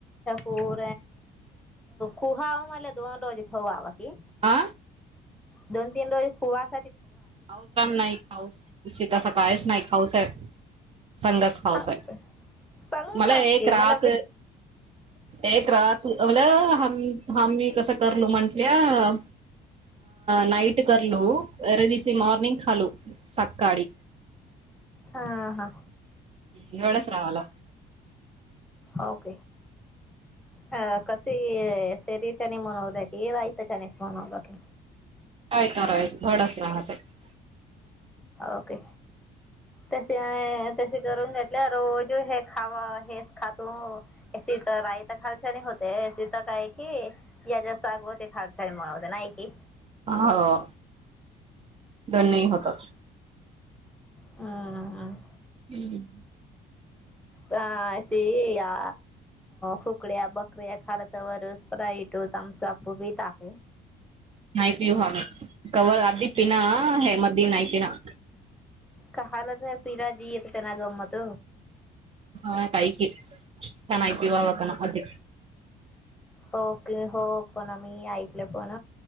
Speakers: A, in the centre; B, on the right.
A: ओ. <unintelligible> <unintelligible>
B: आ.
A: दोन तीन डोळी किया आस.
B: <inaudible> कायच नाही काऊच. समाधाच खायचं
A: खाऊ सांगास
B: मला एक
A: की
B: रात्र.
A: मला वित
B: एक रात्र म्हणल्या आम्ही कसं करू म्हणल्या नाईट करलू जिस. मॉर्निंग झालूं सकाळी
A: हा हा.
B: हम्वडच रावला.
A: ओक. ह. ते सरी चन मनवक हेयता चानच मनवक.
B: आय तार थोडस राहत.
A: ओके. तसे. तशी करून घेतल्या रोज हे खावा हेच खातो तर रायत खालचाणी होते तर काय कि याच्या सागवती खालचाणी म्हण होते नाही की.
B: हो. दन नाही होतच.
A: हम् हम.
B: हम्म.
A: ह स या खुकड्या बघ. क्रिया काळात ववर अई टो तमच आपूपी टाके.
B: नाही पिऊ आम् कवर आधी पिना हे मध्ये नाही पिना.
A: कल तर पिराजी येत त्यांना गममत.
B: ह काही क च नाही पवावा काण अध.
A: होक हो पण मी ऐकल पण.